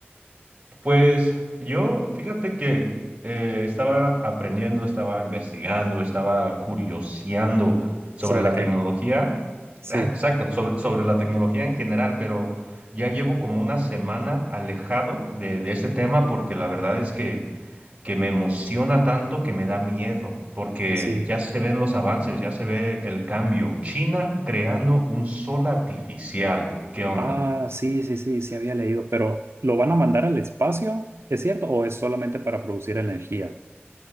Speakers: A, on the right (about 30°); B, on the right (about 75°).
A: Pues yo, fíjate que eh, estaba aprendiendo, estaba investigando, estaba curioseando sobre
B: ¿Sobre
A: la
B: qué?
A: tecnología. <laughs>
B: Sí,
A: Exacto, sobre, sobre la tecnología en general, pero ya llevo como una semana alejado de, de este tema porque la verdad es que que me emociona tanto que me da miedo, porque
B: sí.
A: ya se ven los avances, ya se ve el cambio. China creando un sol artificial, ¿qué onda?
B: Ah, sí, sí, sí, sí había leído, pero ¿lo van a mandar al espacio? ¿Es cierto? ¿O es solamente para producir energía?